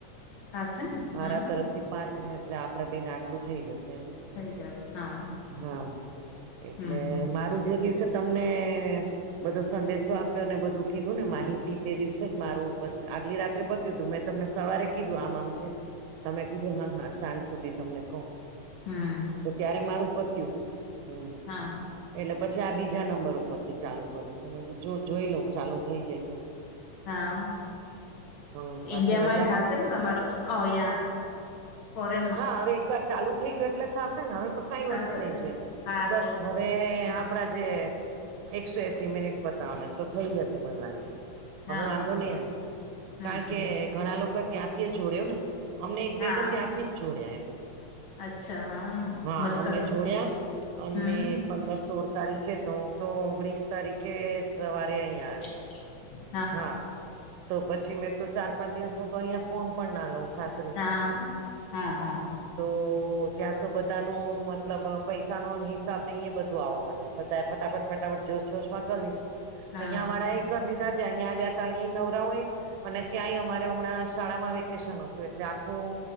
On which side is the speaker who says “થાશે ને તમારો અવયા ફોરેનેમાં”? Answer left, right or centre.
Left